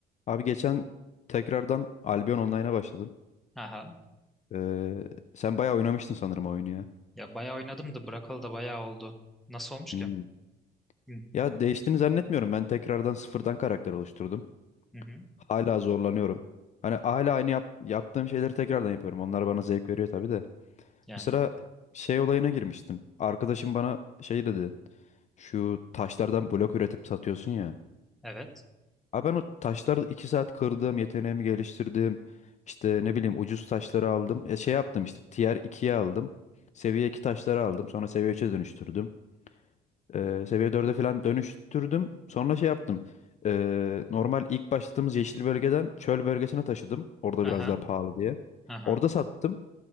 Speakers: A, on the left; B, in the centre.
A: Abi geçen tekrardan Albion Online'a başladım.
B: Aha.
A: Ee, sen bayağı oynamıştın sanırım o oyunu ya.
B: Ya bayağı oynadım da bırakalı da bayağı oldu. Nasıl olmuş
A: Hmm.
B: ki? Hı
A: Ya değiştiğini zannetmiyorum. Ben tekrardan sıfırdan karakter oluşturdum.
B: hı. hı.
A: Hala zorlanıyorum. Hani hala aynı yap- yaptığım şeyleri tekrardan yapıyorum. Onlar bana zevk veriyor tabii de.
B: Yani
A: Mesela şey olayına girmiştim. Arkadaşım bana şey dedi. Şu taşlardan blok üretip satıyorsun ya.
B: evet.
A: Abi ben o taşları 2 saat kırdım, yeteneğimi geliştirdim. İşte ne bileyim ucuz taşları aldım. E, şey yaptım işte tier ikiye aldım. Seviye 2 taşları aldım. Sonra seviye üç'e dönüştürdüm. E, seviye dörde falan dönüştürdüm. Sonra şey yaptım. E, normal ilk başladığımız yeşil bölgeden çöl bölgesine taşıdım. Orada
B: Aha.
A: biraz daha pahalı diye.
B: Aha.
A: Orada sattım.